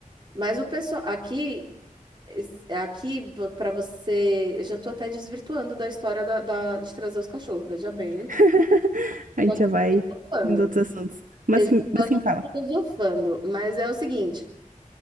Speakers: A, on the right (about 35°); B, on the right (about 70°).
A: Mas o pessoal aqui, es- aqui para você, eu já tô até desvirtuando da história da, da- de trazer os cachorros, veja bem.
B: <laughs> A
A: Tô
B: gente
A: aqui
B: já vai
A: filosofando.
B: indo outros assuntos. Mas,
A: Eu já
B: mas
A: tô aqui
B: sim, fala.
A: filosofando, mas é o seguinte,